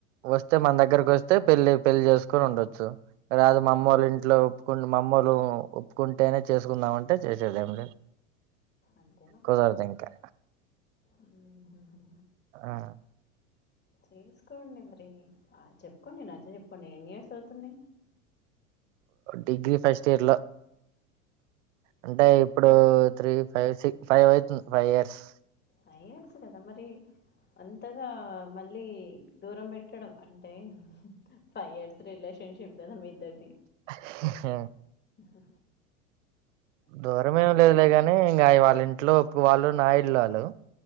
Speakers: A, on the right; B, on the left.
A: వస్తే మన దగ్గరకి వస్తే పెళ్లి పెళ్లి చేసుకొని ఉండొచ్చు రాదు
B: అదే
A: మా అమ్మ వాళ్ళ ఇంట్లో మమ్మలు ఒప్పుకుంటేనే చేసుకుందామంటే చేసేదేం
B: అంతేనా
A: కుదారుదు ఇంకా
B: ఉమ్,
A: ఆ
B: చేసుకోండి మరి ఆ చెప్పుకోండి నచ్చ చెప్పుకోండి ఎన్ని ఇయర్స్ అవుతుంది
A: డిగ్రీ ఫస్ట్ ఇయర్ లో అంటే ఇప్పుడు త్రీ ఫైవ్ సిక్ ఫైవ్ అవుతుంది ఫైవ్ ఇయర్స్
B: ఫైవ్ ఇయర్స్ కదా మరి అంతగా మళ్ళీ దూరం పెట్టడం అంటే ఫైవ్ ఇయర్స్ రిలేషన్ షిప్ ఇద్దర్ది
A: హ
B: హ
A: దూరం లేదులేగాని ఇంకా వాళ్ళ ఇంట్లో ఒప్పు వాళ్ళు నా ఇల్లు వాళ్ళు